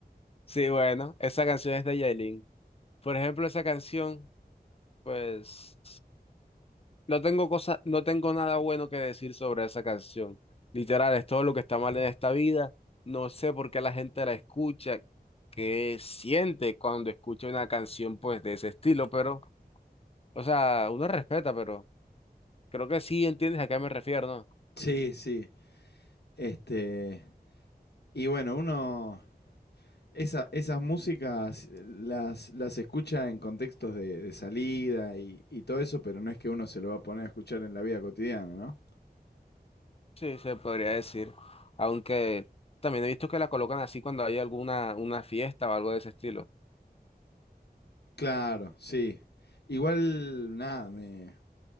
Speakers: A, on the left (about 35°); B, on the left (about 80°).
A: Sí, bueno, esa canción es de Yailin. Por ejemplo, esa canción, pues, no tengo cosa, no tengo nada bueno que decir sobre esa canción. Literal, es todo lo que está mal en esta vida. No sé por qué la gente la escucha, qué siente cuando escucha una canción, pues, de ese estilo, pero, o sea, uno respeta, pero creo que sí entiendes a qué me refiero, ¿no?
B: sí, sí. Este, y bueno, uno esa- esas músicas eh, las, las escucha en contextos de, de salida y, y todo eso, pero no es que uno se lo va a poner a escuchar en la vida cotidiana, ¿no?
A: Sí, se podría decir. Aunque también he visto que la colocan así cuando hay alguna una fiesta o algo de ese estilo.
B: Claro, sí. Igual, nada, me,